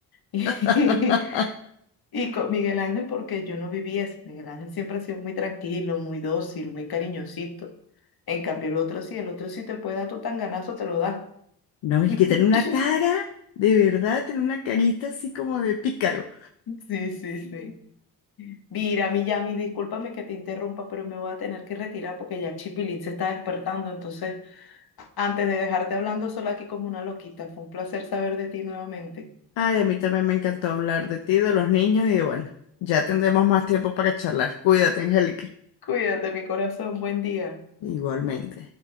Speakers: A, on the left; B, on the left.
A: <laughs>
B: <laughs>
A: Y, con Miguel Ángel, porque yo no viví eso. Miguel Ángel siempre ha sido muy tranquilo, muy dócil, muy cariñosito. En cambio, el otro sí, el otro sí te puede dar tu tanganazo, te lo da.
B: No, y
A: <laughs>
B: que tiene una cara, de verdad, tiene una carita así como de pícaro.
A: Sí, sí, sí. Mira, Miyami, discúlpame que te interrumpa, pero me voy a tener que retirar porque ya Chipilín se está despertando. Entonces, antes de dejarte hablando sola aquí como una loquita, fue un placer saber de ti nuevamente.
B: Ay, a mí también me encantó hablar de ti, de los niños y bueno, ya tendremos más tiempo para charlar. Cuídate, Angélica.
A: Cuídate, mi corazón, buen día.
B: Igualmente.